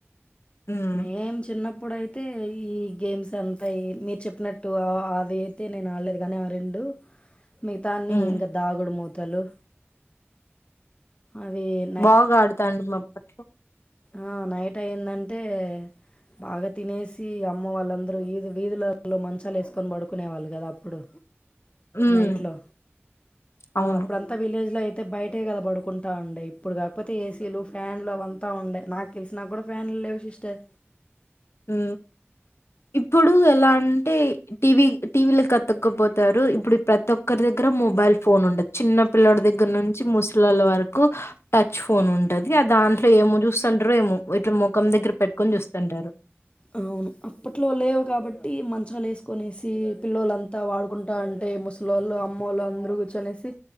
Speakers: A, on the left; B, on the left.
A: ఉమ్
B: మేం, చిన్నప్పుడయితే, అయితే, ఈ, గేమ్స్, అంతా, మీరు, చెప్పినట్టు, అవి, అయితే, నేను, ఆడలేదు, గాని ఆ రెండు మిగతా, అన్ని,
A: ఉమ్
B: ఇంకా, దాగుడు మూతలు, అవేల్
A: బాగా, ఆడుతాండిమి, అప్పట్లో,
B: ఆ, నైట్, అయిందంటే, బాగా తినేసి అమ్మ వాళ్ళందరూ ఇధు వీధులలో మంచాలు వేసుకొని పడుకునే వాళ్ళు కదా అప్పుడు
A: ఉమ్
B: నైట్ లో
A: అవును
B: అప్పుడుంత త విలేజ్ లో అయితే బయటే కద పడుకుంటా ఉండే ఇప్పుడు కాకపోతే ఏసీలు ఫ్యాన్లు అవ తా ఉండే నాకు తెలిసి నా కూడా ఫ్యాన్ లెవ్ సిస్టర్
A: ఉ ఇప్పుడు ఎలా అంటే టీవీ టీవీలో కతుక్కపోతారు ఇప్పుడు ప్రతి ఒక్కరి దగ్గర మొబైల్ ఫోన్ ఉండదు చిన్న పిల్లడి దగ్గర నుంచి ముసలొళ్ళ వారకు కు టచ్ ఫోన్ ఉంటది ఆ దాంట్లో ఏమో చూస్తండరు ఏమో ఇట్ల ముఖం దగ్గర పెట్టుకొని చూస్తుంటారు
B: అవును అప్పట్లో లేవు కాబట్టి మంచాలేసుకనేసి పిల్లలంతా ఆడుకుంటా అంటే ముస లు అమ్మెలు అందరు కూర్చనేసి